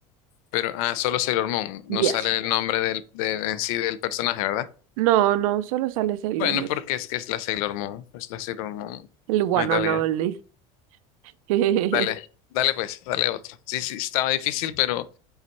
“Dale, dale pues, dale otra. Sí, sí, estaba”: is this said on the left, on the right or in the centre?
Left